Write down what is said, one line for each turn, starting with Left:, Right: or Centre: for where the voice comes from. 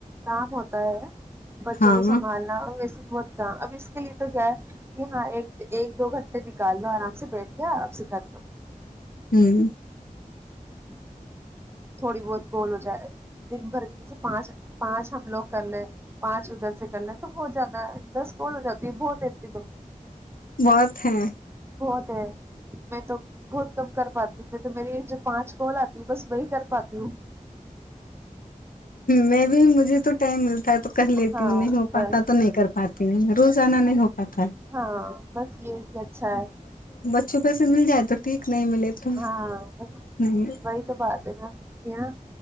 Right: کام ہوتا ہے کہ بچوں
Left: ہاں
Right: کو سنبھالنا اور وسی بہت اب اس کے لیے تو کیا ہے کہ ہاں ایک ایک دو گھنٹے نکال لو آرام سے بیٹھ کے آرام سے کر لو
Left: ہوں
Right: ج جی تھوڑی بہت گول ہو جائے دن بھر کی جیسے پانچ پانچ ہم لوگ کر لیں پانچ ادھر سے کر لیں تو بت جاتا ہے دس گول ہو جاتی ہے بہت دیتی ت
Left: بہت ہیں
Right: بہت ہے میں تو بہت کم کر پاتی ہوں میں تو میری جو پانچ کال آتی بس ب کر پاتتی ہ ہو
Left: میں بھی مجھے تو ٹائم ملتا تو کر لیتی
Right: ہاں
Left: ہوں نہیں ہو پاتا
Right: بس
Left: تو نہیں کر پاتی روزانہ ن نے ہو پاتا ہے
Right: ہاں بس یہ بھی اچھا ہے
Left: اچھپہ سے مل جائے تو ٹھیک نہیں ملے تو
Right: ہاں بس
Left: نہیں
Right: وہی تو بات ہے ن ہے ن